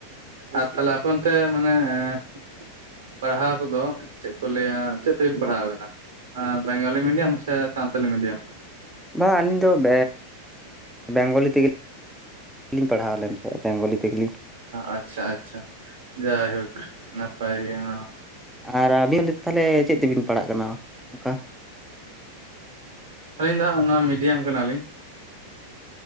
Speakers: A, on the right; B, in the centre.
A: ᱟᱨ ᱛᱟᱦᱚᱞᱮ ᱟᱯᱮ ᱚᱱᱛᱮ ᱢᱟᱱᱮ- ᱯᱟᱲᱦᱟᱣ ᱠᱚᱫᱚ ᱪᱮᱫ ᱠᱚ ᱞᱟᱹᱭᱟ ᱪᱮᱫ ᱛᱮᱵᱤᱱ ᱯᱟᱲᱦᱟᱣ ᱟᱠᱟᱱᱟ ᱵᱮᱜᱟᱞᱤ ᱢᱤᱰᱤᱭᱟᱢ ᱥᱮ ᱥᱟᱱᱛᱟᱞᱤ ᱢᱤᱰᱤᱭᱟᱢ
B: ᱵᱟᱝ ᱟᱹᱞᱤᱧ ᱫᱚ <unintelligible> ᱵᱮᱝᱜᱚᱞᱤ ᱛᱮᱜᱮ ᱞᱤᱧ ᱯᱟᱲᱦᱟᱣ ᱞᱮᱱ ᱛᱟᱦᱮᱸᱫ ᱵᱮᱝᱜᱚᱞᱤ ᱛᱮᱜᱮ
A: ᱟᱪᱪᱷᱟ ᱟᱪᱪᱷᱟ ᱡᱟᱭᱦᱳᱠ ᱱᱟᱯᱟᱭ ᱜᱮ ᱚᱱᱟᱦᱸ
B: ᱟᱨ ᱟᱹᱵᱤᱱ ᱫᱚ ᱛᱟᱦᱚᱞᱮ ᱪᱮᱫ ᱛᱮᱵᱤᱱ ᱯᱟᱲᱟᱜ ᱠᱟᱱᱟ ᱚᱱᱠᱟ?
A: ᱟᱹᱞᱤᱧ ᱫᱚ ᱦᱟᱸᱜ ᱱᱚᱣᱟ ᱢᱤᱰᱤᱭᱟᱢ ᱠᱟᱱᱟᱞᱤᱧ